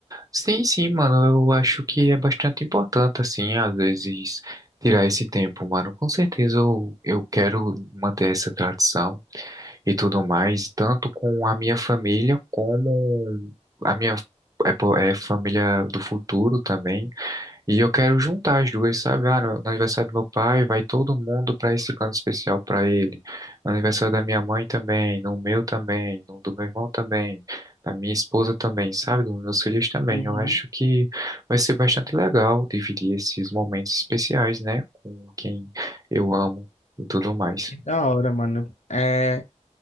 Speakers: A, on the right (about 30°); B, on the left (about 75°).
A: Sim, sim, mano, eu acho que é bastante importante, assim, às vezes tirar esse tempo, mano. Com certeza eu, eu quero manter essa tradição e tudo mais, tanto com a minha família como a minha é, po- é, família do futuro também. E eu quero juntar as duas, sabe? Ah, no no aniversário do meu pai, vai todo mundo para esse plano especial para ele. No aniversário da minha mãe também, no meu também, no do meu irmão também, da minha esposa também, sabe? Dos meus filhos também.
B: Uhum.
A: Eu acho que vai ser bastante legal dividir esses momentos especiais, né? Com quem eu amo e tudo mais.
B: Que da hora, mano. É,